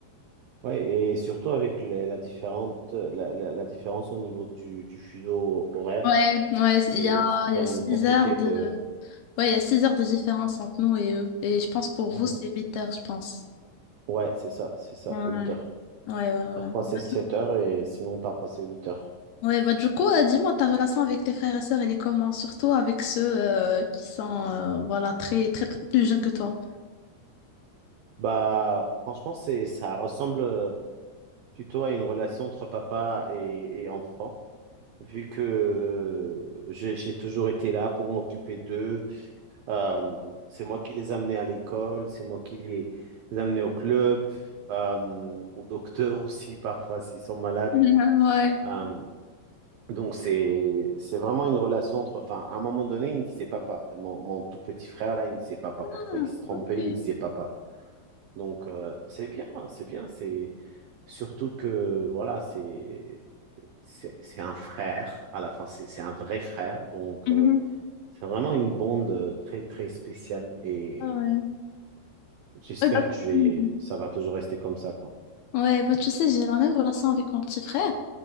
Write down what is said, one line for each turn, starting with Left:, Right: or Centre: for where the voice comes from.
Right: Ouais, et surtout avec la, la différente, la, la- la différence au niveau du, du fuseau horaire,
Left: Ouais, ouais,
Right: c'est,
Left: il y a,
Right: c'est quand
Left: il y a
Right: même
Left: 6
Right: compliqué
Left: heures de
Right: de...
Left: ouais, il y a six heures de différence entre nous et eux et je pense pour
Right: Mhm.
Left: vous c'est 8 heures, je pense.
Right: Ouais, c'est ça, c'est ça,
Left: Ouais,
Right: 8 heures.
Left: ouais, ouais, ouais.
Right: Parfois c'est
Left: Bah,
Right: 7
Left: du
Right: heures et sinon parfois c'est huit heures.
Left: Ouais, bah du coup, euh, dis-moi, ta relation avec tes frères et sœurs, elle est comment? Surtout avec ceux euh, qui sont euh, voilà, très, très, très plus jeunes que toi. <laughs>
Right: Bah, franchement, c'est, ça ressemble plutôt à une relation entre papa et, et enfant, vu que euh, j'ai j'ai toujours été là pour m'occuper d'eux. Euh, c'est moi qui les amenais à l'école, c'est moi qui les, les amenais au club, euh, au docteur aussi parfois s'ils sont malades.
Left: Mhm, Ouais.
Right: Euh, donc c'est c'est vraiment une relation entre. Enfin, à un moment donné, il me disait papa. Mon, mon tout petit frère là, il me disait papa.
Left: Ah,
Right: Parfois, il se trompait,
Left: ok.
Right: il me disait papa. Donc euh, c'est bien, c'est bien. C'est surtout que voilà, c'est c'est c'est un frère. À la fin, c'est c'est un vrai frère. Donc
Left: Mhm.
Right: euh, c'est vraiment une bande euh, très très spéciale et
Left: Ah ouais.
Right: J'espère
Left: Ouais, bah,
Right: que je vais.
Left: Mhm.
Right: Ça va toujours rester comme ça, quoi.
Left: ouais, bah, tu sais, j'ai la même relation avec mon petit frère.